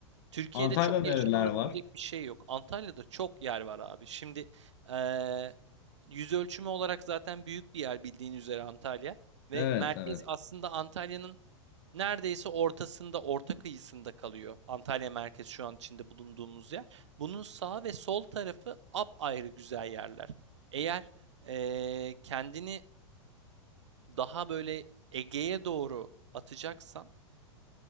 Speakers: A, on the right; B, on the left.
A: Türkiye'de
B: Antalya'da
A: çok
B: nereler
A: yaşanılabilecek
B: var?
A: bir şey yok. Antalya'da çok yer var abi. Şimdi eee, yüz ölçümü olarak zaten büyük bir yer bildiğin üzere Antalya ve
B: Evet
A: merkez
B: evet.
A: aslında Antalya'nın neredeyse ortasında, orta kıyısında kalıyor. Antalya merkez şu an içinde bulunduğumuz yer. Bunun sağ ve sol tarafı apayrı güzel yerler. Eğer eee, kendini daha böyle Ege'ye doğru atacaksan